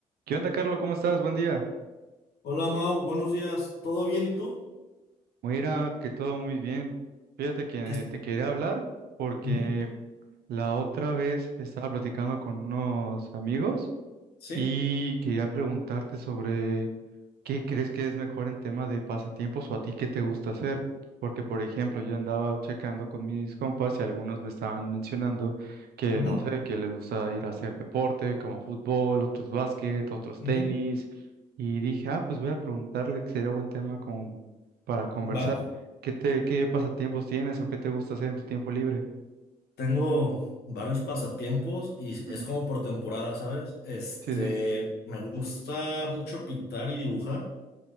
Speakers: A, on the right; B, on the left.
A: ¿Qué onda, Carlos? ¿Cómo estás? Buen día.
B: Hola Mau, buenos días. ¿Todo bien? ¿Y tú?
A: Mira, que todo muy bien. Fíjate que
B: ¿Qué es-
A: eh, te quería hablar porque
B: Ujú,
A: la otra vez estaba platicando con unos amigos
B: Sí,
A: y quería preguntarte sobre ¿Qué crees que es mejor en tema de pasatiempos o a ti qué te gusta hacer? Porque, por ejemplo, yo andaba checando con mis compas y algunos me estaban mencionando que,
B: ujú,
A: no sé, que les gusta ir a hacer deporte como fútbol, otros básquet, otros
B: ujú,
A: tenis. Y dije, ah, pues voy a preguntarle que sería buen tema como para conversar.
B: Va.
A: ¿Qué te, qué pasatiempos tienes o qué te gusta hacer en tu tiempo libre?
B: Tengo varios pasatiempos y
A: Ujú,
B: es como por temporada, ¿sabes? Este,
A: Sí, sí.
B: me gusta mucho pintar y dibujar